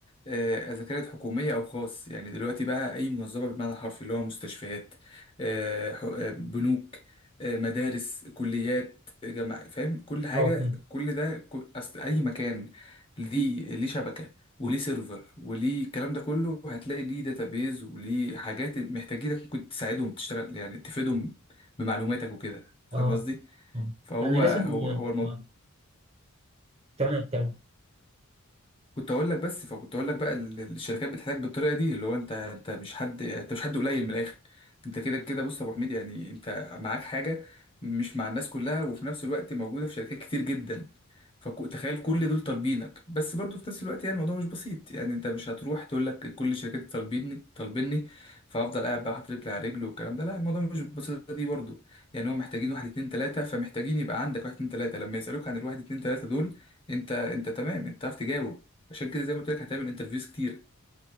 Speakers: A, on the left (about 25°); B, on the right (about 30°).
A: آه، اذا كانت حكومية او خاص يعني دلوقتي بقى اي منظمة بالمعنى الحرفي اللي هو مستشفيات آه، ح- آه، بنوك آه، مدارس كليات آه، جامعة فاهم كل حاجة
B: اه
A: كل ده كل اصل اي مكان ليه ليه شبكة وليه سيرفر وليه الكلام ده كله هتلاقي ليه داتابيز وليه حاجات محتاجينك ممكن تساعدهم تشتغل يعني تفيدهم بمعلوماتك وكده فاهم
B: اه
A: قصدي
B: آه.
A: فهو
B: انا راسم
A: هو هو الموضوع
B: آه. تمام تمام
A: كنت اقول لك بس فكنت اقول لك بقى ال- الشركات بتحتاج بالطريقه دي اللي هو انت انت مش حد انت مش حد قليل من الاخر انت كده كده بص يا ابو حميد يعني انت معاك حاجه مش مع الناس كلها وفي نفس الوقت موجوده في شركات كتير جدا فتخيل كل دول طالبينك بس برضه في نفس الوقت يعني الموضوع مش بسيط يعني انت مش هتروح تقول لك كل الشركات طالبيني طالبيني فافضل قاعد بقى حاطط رجلي على رجل والكلام ده لا الموضوع مش بالبساطه دي برضه يعني هم محتاجين واحد اتنين تلاته فمحتاجين يبقى عندك واحد اتنين تلاته لما يسالوك عن الواحد اتنين تلاته دول انت انت تمام انت عارف تجاوب عشان كده زي ما قلت لك هتعمل انترفيوز كتير